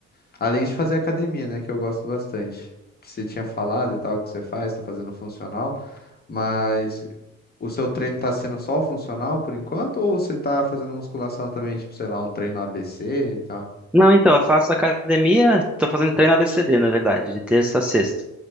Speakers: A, on the left; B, in the centre.
A: além de fazer academia, né, que eu gosto bastante. Que você tinha falado e tal, que você faz, tá fazendo funcional, mas o seu treino tá sendo só o funcional por enquanto ou você tá fazendo musculação também, tipo, sei lá, um treino ABC e tal?
B: Não, então, eu faço academia, tô fazendo treino ABCD, na verdade, de terça a sexta.